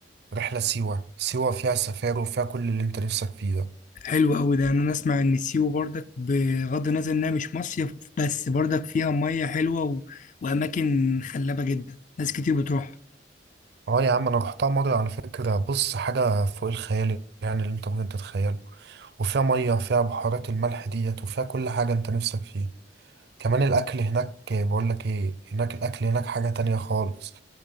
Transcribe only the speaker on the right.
رحلة سيوة سيوة فيها سفاري وفيها كل اللي انت نفسك فيه ده
اه يا عم انا رحتها مره على فكره بص حاجه فوق الخيال يعني اللي انت ممكن تتخيله وفيها ميه فيها بحارات الملح ديت وفيها كل حاجه انت نفسك فيه كمان الاكل هناك بقول لك ايه هناك الاكل هناك حاجه تانية خالص